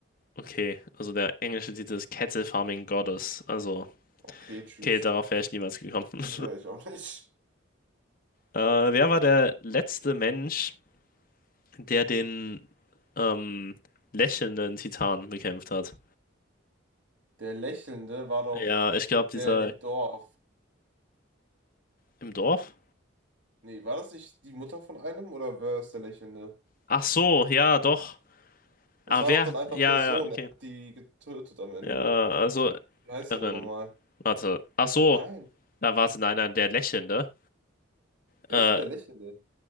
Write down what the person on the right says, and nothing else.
Okay, tschüss.
Ja, ich auch nicht.
Der Lächelnde war doch
der
in dem Dorf.
Nee, war das nicht die Mutter von einem oder wer ist der Lächelnde?
Das
war
doch dann einfach
der Sohn,
er hat die getötet am Ende.
Wie heißt
er denn nochmal?
Ne- Nein,
wer
ist denn der Lächelnde?